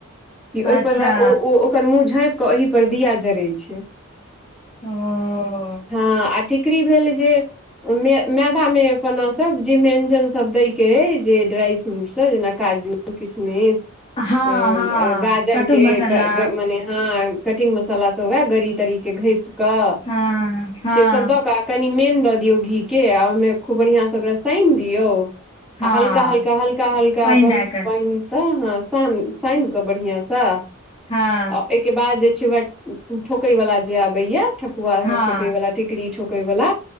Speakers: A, in the centre; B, on the left (about 25°).
A: क ओहि
B: अच्छा
A: पर ओकर मुंह झाँप केऽ ओहि पर दिया जड़ै छै।
B: ओ।
A: हँ आ टिकड़री भेल जे मे मैदा मे अपना सब जे ब्ययंजन सब दय जे ड्राइ फ्रूटसभ जेना काजू किशमिश
B: हँ
A: अ
B: हँ
A: गाजर
B: कट्टू
A: के
B: मसाला
A: मने ह कटिंग मसाला सब उएह गड़ी तरीक के घस कऽ
B: हँ हँ
A: से सब दऽ क कनि मेन दऽ दियौ घी के आ ओहिमे खूब बढ़ियां से ओकरा सानि दियऔ
B: हँ
A: आ हलका हल्का हल्का हल्का
B: पानि
A: अपन
B: दए कऽ
A: प तऽ हँ श सान कऽ बढ़िआंसँ
B: हँ।
A: तय के बाद जे छै व ठोके वाला जे आबे या ठकुआ
B: हँ
A: के ठोकैवला टिकड़री ठोकैवला